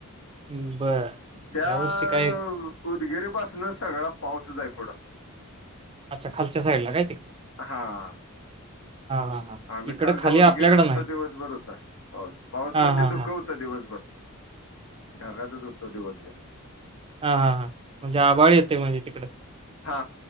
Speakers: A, on the right; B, on the left.
A: उम् बरं
B: त्या
A: यावर्षी काय
B: उदगिरी पासन सगळा पाऊसच आय पुढं
A: अच्छा! खालच्या साईडला काय तिक?
B: हा.
A: हां, हां.
B: आम्ही
A: इकडं
B: काल
A: खाली
B: त्या उदगीरीवर
A: आपल्याकडं
B: हुतो,
A: नाही.
B: दिवसभर हुता पाऊस, पाऊस
A: हां,
B: म्हणजे
A: हां,
B: धुकं
A: हां.
B: हुतं दिवसभर ढगातच होतो दिवस <unintelligible>
A: हा हा हा म्हणजे आबाळ येतय म्हणजे तिकड
B: हा